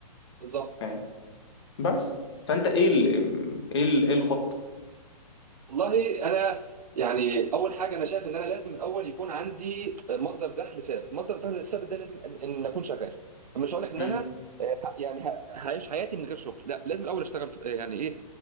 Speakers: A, on the right; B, on the left.
A: بالظبط
B: فاهم بس فانت ايه ال- ايه ال- ايه الخطة
A: والله انا يعني اول حاجه انا شايف ان انا لازم الاول يكون عندي مصدر دخل ثابت مصدر الدخل الثابت ده لازم ان, إن اكون شغال مش هقول لك ان
B: مم.
A: انا آه، ه- يعني ه- هعيش حياتي من غير شغل لا لازم الاول اشتغل في يعني ايه